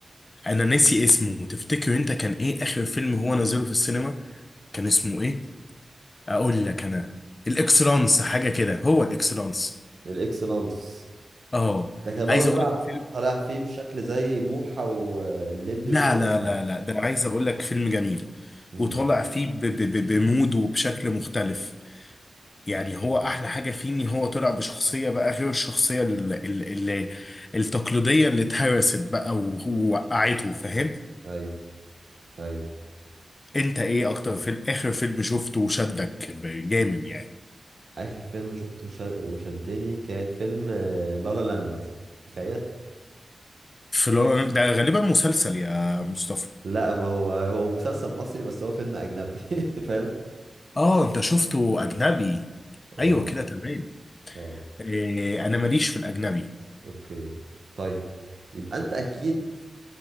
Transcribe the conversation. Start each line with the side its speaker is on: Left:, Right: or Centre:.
Left: انا ناسي اسمه تفتكر انت كان ايه آخر فيلم هو نزله في السينما كان اسمه ايه اقول لك انا الاكسلانس حاجة كده هو الاكسلانس
Right: الاكسلانس
Left: اه
Right: ده كان
Left: عايز
Right: برضه
Left: اقول
Right: طالع
Left: لك الفيلم
Right: طالع فيه بشكل زي بوحة والليمبي
Left: لا
Right: وكده
Left: لا لا لا ده عايز اقول لك فيلم جميل
Right: امم
Left: وطالع فيه ب ب ب بمود وبشكل مختلف يعني
Right: اوكي
Left: هو احلى حاجه فيه ان هو طلع بشخصيه بقى غير الشخصيه ال ال ال التقليديه اللي اتهرست بقى و- ووقعته فاهم
Right: ايوه ايوه
Left: انت ايه اكتر في اخر فيلم شفته وشدك ب- جامد يعني
Right: اخر فيلم شفته وشد- وشدني كان فيلم آه، لالا لاند تخيل
Left: في لو- ده غالبا مسلسل يا مصطفى
Right: لا ما هو هو مسلسل مصري بس هو فيلم اجنبي <laughs> فاهم
Left: اه انت شفته اجنبي
Right: اه
Left: ايوه كده تمام
Right: اه
Left: إيه انا ماليش في الاجنبي
Right: اوكي طيب يبقى انت اكيد